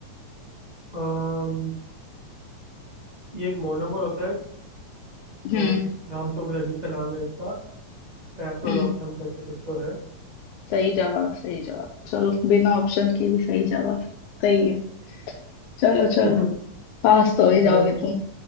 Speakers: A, on the right; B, on the left.
A: अम, ये एक मोनोमर होता है अ,
B: हम्म
A: किस नाम तो कुछ अजीब सा नाम है उसका कैप्रोलॉक्टम
B: हम्म
A: करके कुछ तो है
B: सही जवाब सही जवाब चलो बिना ऑप्शन के भी सही जवाब सही है चलो चलो
A: <laughs>
B: पास
A: ठीक
B: तो हो ही जाओगे
A: है मैं पूछू
B: तुम